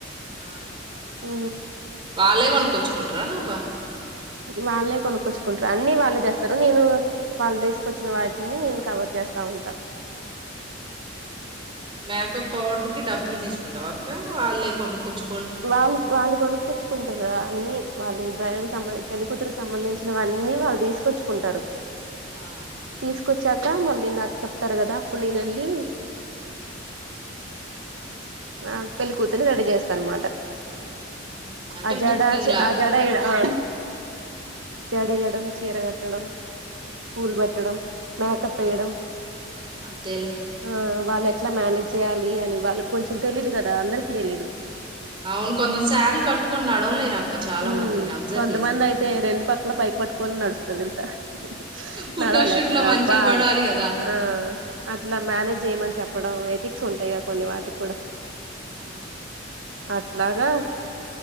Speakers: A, on the right; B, on the right.
A: ఆ
B: ఉ
A: వాలే కొనక్కొచ్చుకుంటరా నువ్్వ
B: వాళ్ళే కొనుక్కచ్చుకుంటారు అన్ని వాళ్ళే చేస్తారు నేను వాళ్ళు తీసుకొచ్చిన వాటిని నేను కవర్ చేస్తా ఉంటా
A: మేకప్ పౌడర్ కి డబ్బులు తీసుకుంటవ అక్క వాళ్ళే కొనుకొచ్చు
B: వాళ్ళు వాళ్ళు కొను కొచ్చుకుంటారు అన్ని వాళ్ళకి బ్రైడల్ కి సంబందిం పెళ్లిికూతురికి సంబంధించినవివన్నీ వాళ్ళు తీసుకొచ్చుకుంటారు
A: ఆ
B: తీసు ొచ్చాక మళ్ళీ నాకు చెప్తారు కదా అప్పుడు నేను వెళ్ళి ఆ పెళ్ళి కూతుర్ని రెడీ చేస్తా అనమాట
A: ఉహు. అంటే
B: అజడా
A: బుకింగ్ లాగా
B: అజడా ఎయడ ఆ జడఏయడం చీర కట్టడం పూలు
A: ఆ
B: పెట్టడం మేకప్
A: ఆ
B: వేయడం
A: అంతేలే
B: ఆ వాళ్ళు ఎట్లా మేనేజ్ చేయాలి అని వాళ్ళకి కొంచెం తెలీదు కదా అందరికీ తెలీదు
A: అవును కొంత శారీ పట్టుకొని నడవలేరు అక్క చాలా
B: ఊ
A: మంది నేను అబ్జర్వ్
B: కొంతమంది
A: చేశా
B: అయితే రెండు పక్కల పైకి పట్టుకొని నడుస్తరు తెలుసా ఆ ఆ
A: ఫోటోషూట్
B: నడవలేక
A: లో మంచిగా
B: బాగా
A: పడాలి కదా
B: ఆ అట్లా మేనేజ్ చేయ్యమని చెప్ప ఎథిక్స్ ఉంటాయిగా కొన్ని వాటికి కూడా
A: ఆ
B: అట్లాగా